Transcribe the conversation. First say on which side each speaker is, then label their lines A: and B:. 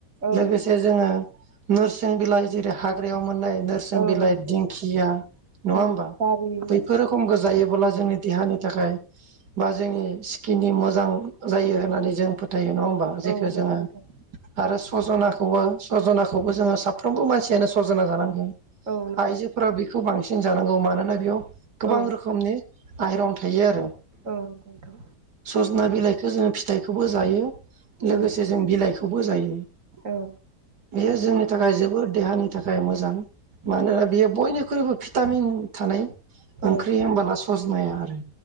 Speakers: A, on the right (about 50°); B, on the right (about 75°).
A: औ
B: लोगोसे जोङो नोरसिं बिलाइ जेरै हाग्रायाव मोननायनो
A: औ
B: बिलाइ
A: नंगौ
B: दिंखिया नङा
A: औ
B: होनबा
A: गारि
B: बैफोर रखमखो जायो
A: औ
B: जोंनि देहानि थाखाय बा जोंनि स्किननि मोजां जायो होननानै जों फोथ थायो नङा होमबा
A: औ
B: जेख
A: नंगौ
B: जोङो
A: नोंथां
B: आरो सजना खौ खौ सज'नाखौबो जोङो साफ्रोमबो मानसियानो सजना जानांगोन आइजोफोरा
A: औ नंगौ
B: बेखौ बांसिन जानांगौ मानोना बेयाव गोबां
A: औ
B: रोखोमनि आइरन थायो आरो
A: औ नंगौ नोंथां
B: सजना बिलाइखौ जों फिथाइखौबो जायो लोगोसे
A: औ
B: जों बिलाइखौ खौबो जायो
A: औ
B: बेयो जोंनि
A: नंगौ
B: थाखाय जोबोद देहानि थाखाय मोजां मानोना
A: नंगौ
B: बियो बयनिखुरैबो भिटामिन थानाय ओंख्रै
A: औ नंगौ
B: होनबला सजनाया आरो